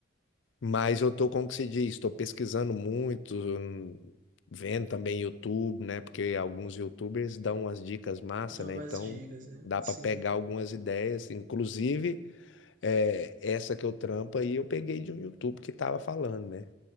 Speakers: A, on the left (about 80°); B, on the right (about 45°).
A: mas eu tô, como que se diz, tô pesquisando muito, hum, vendo também YouTube, né, porque alguns YouTubers dão umas dicas massa,
B: dá
A: né,
B: umas
A: então
B: dicas, né?
A: dá
B: Sim.
A: para pegar algumas ideias, inclusive é, essa que eu trampo aí eu peguei de um YouTube que tava falando, né?